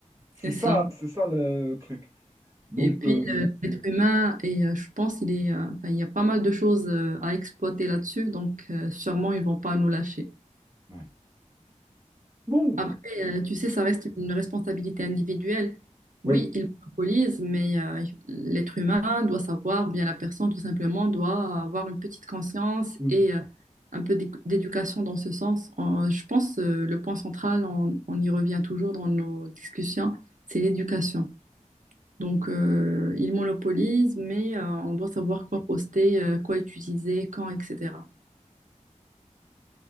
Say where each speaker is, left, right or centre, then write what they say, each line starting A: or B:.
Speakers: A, on the right; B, on the right.
A: C'est
B: C'est
A: ça,
B: ça.
A: c'est ça le, le truc. Donc,
B: Et puis,
A: euh,
B: euh, l'être humain, et euh, je pense il est, euh, enfin, il y a pas mal de choses euh, à exploiter là-dessus, donc euh, sûrement ils vont pas nous lâcher.
A: ouais. Bon.
B: Après, euh, tu sais, ça reste une responsabilité individuelle.
A: Oui,
B: Oui, il monopolise, mais euh, l'être humain doit savoir, ou bien la personne tout simplement doit avoir une petite conscience
A: oui.
B: et euh, un peu d'éc- d'éducation dans ce sens. En- je pense euh, le point central, on, on y revient toujours dans nos discussions, c'est l'éducation. Donc, euh, il monopolise, mais euh, on doit savoir quoi poster, euh, quoi utiliser, quand, etc.